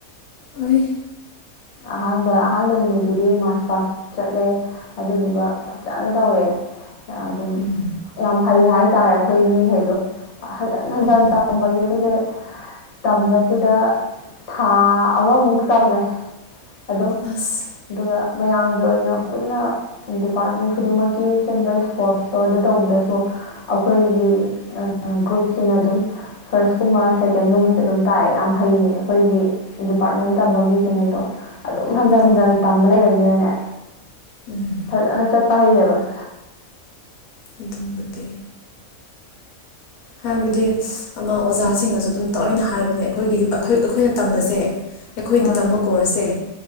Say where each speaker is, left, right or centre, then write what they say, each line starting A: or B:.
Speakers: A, on the left; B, on the left.
A: ꯑꯩ
B: ꯑꯍꯥꯡꯕ ꯑꯍꯥꯟꯕ ꯅꯨꯃꯤꯠꯇꯨꯗꯤ ꯃꯥꯔꯁ ꯄꯥꯁ ꯆꯠꯂꯦ ꯑꯗꯨꯗꯨꯒ ꯐꯖꯅ ꯇꯧꯋꯦ ꯑꯗꯨꯝ
A: ꯎꯝ
B: ꯌꯥꯝ ꯍꯩ ꯍꯥꯏꯇꯥꯥꯔꯦ ꯑꯩꯈꯣꯏ ꯃꯤꯈꯩꯗꯣ ꯍꯟꯖꯤꯟ ꯍꯟꯖꯟ
A: ꯑꯣ
B: ꯇꯝꯕꯒꯤꯕꯁꯦ ꯇꯝꯕꯁꯤꯗ ꯊꯥ ꯑꯃꯃꯨꯛ ꯇꯝꯃꯦ ꯑꯗꯨꯝ
A: ꯑꯁ
B: ꯑꯗꯨꯒ ꯃꯌꯥꯝꯒꯤ ꯑꯣꯏꯅ ꯄꯨꯟꯅ ꯗꯤꯄꯥꯔꯠꯃꯦꯟ ꯈꯨꯗꯤꯡꯃꯛꯀꯤ ꯁꯤꯟꯕ ꯁ꯭ꯄꯣꯔꯠꯁꯇꯣ ꯑꯗꯨ ꯇꯧꯕꯗꯁꯨ ꯑꯩꯈꯣꯏꯒꯤ ꯒ꯭ꯔꯨꯞꯁꯤꯅ ꯑꯗꯨꯝ ꯐꯥꯔꯁꯀꯨꯝꯕ ꯁꯦꯀꯦꯟꯒꯨꯝꯕꯁꯦ ꯑꯗꯨꯝ ꯇꯥꯏꯑ ꯌꯥꯝ ꯍꯩꯌꯦ ꯑꯩꯈꯣꯏꯒꯤ ꯗꯤꯄꯥꯔꯠꯃꯦꯟ ꯇꯝꯕ ꯃꯤꯁꯤꯡꯉꯩꯗꯣ ꯑꯗꯨꯝ ꯍꯟꯖꯟ
A: ꯑꯣ
B: ꯍꯟꯖꯟ ꯇꯝꯕ ꯂꯩꯅꯤꯅꯅꯦ
A: ꯎꯝ
B: ꯐꯖꯅ ꯆꯠꯄ ꯍꯩꯔꯦꯕ ꯑ
A: ꯑꯗꯨꯗꯝꯕꯦ ꯍꯥꯏꯕꯗꯤ ꯑꯃ ꯑꯣꯖꯥꯁꯤꯡꯅꯁꯨ ꯑꯗꯨꯝ ꯇꯑꯣꯏꯅ ꯍꯥꯏꯕꯅꯦ ꯑꯩꯈꯣꯏꯒꯤ ꯑꯩꯈꯣꯏ ꯑꯩꯈꯣꯏꯅ ꯇꯝꯕꯁꯦ ꯑꯩꯈꯣꯏꯗ
B: ꯑꯥ
A: ꯇꯝꯕ ꯀꯣꯔꯁꯦ